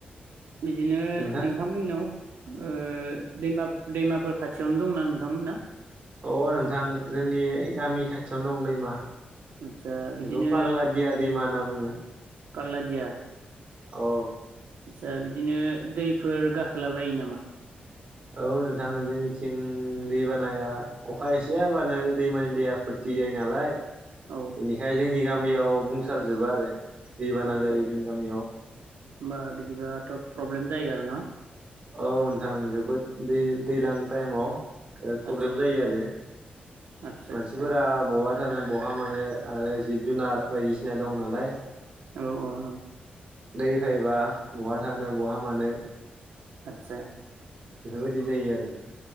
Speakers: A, on the right (about 80°); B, on the right (about 35°).
A: बिदिनो
B: नोंथां
A: नोंथांमोननाव ओ दैमा दैमाफोर खाथियावनो दंना नोंथांमोनना
B: अ नोंथां जोंनि गामि खाथियावनो दं दैमा
A: आदसा
B: बेखौ
A: बिदिनो
B: पाग्ला दिया दैमा होनना बुङो।
A: पागलादिया
B: औ
A: आदसा बिदिनो दैफोर गाखोलाबायो नामा
B: औ नोंथां जोंनिथिं दै बानाया अखा एसे हाबानो दैमानि दैया फोथियो नालाय
A: औ
B: बेनिखाय जोंनि गाम गामियाव बुंसार जोबो आरो दैबाना
A: आतसा
B: जायो
A: आतसा
B: जोंनि गामियाव
A: होमबा बिदिबाथ' प्रब्लेम जायो आरो न
B: औ नोंथां जोबोद दै दैलां टाइमाव ओ
A: आदसा
B: प्रब्लेम जायो आरो
A: आदसा
B: मानसिफोरा
A: आदसा
B: बहत थानो बहा मानो आरो जिब जुनार बायदिसिना दं नालाय
A: औ औ नङ
B: दै फायबा बहा थांनो बहा मानो
A: आतसा
B: बेफोरबायदि जायो आरो नोंथां